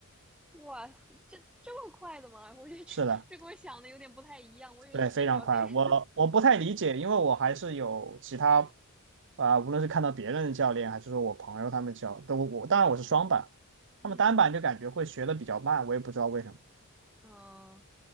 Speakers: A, in the centre; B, on the right.
A: 哇塞，这这么快的吗？我觉得这这跟我想的有点不太一样，
B: 是的。
A: 我以为你至少得，
B: 对，非常快。
A: <laughs>
B: 我我不太理解，
A: 我
B: 因为我还是有其他啊、无论是看到别人的教练，还是说我朋友他们教，都我当然我是双板，
A: 嗯
B: 他们单板就感觉会学的比较慢，我也不知道为什么。
A: 嗯。呃